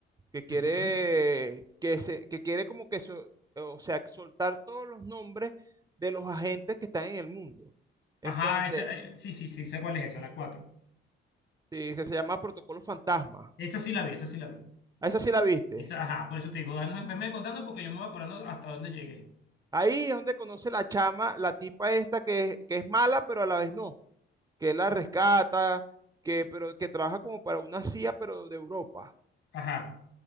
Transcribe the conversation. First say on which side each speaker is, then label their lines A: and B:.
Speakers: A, on the right; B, on the left.
A: que quiere,
B: Ajá.
A: que se, que quiere como que, so- o sea, soltar todos los nombres de los agentes que están en el mundo. Entonces,
B: Ajá, esa, eh, sí, sí, sí, sé cuál es esa, la cuatro
A: sí, que se llama Protocolo Fantasma.
B: Esa sí la vi, esa sí la vi.
A: A esa sí la viste.
B: Esa, ajá, por eso te digo, dame- venme contando porque yo me voy acordando hasta dónde llegué.
A: Ahí es donde conoce la chama, la tipa esta que es, que es mala, pero a la vez no, que la rescata, que, pero que trabaja como para una CIA, pero de Europa,
B: Ajá,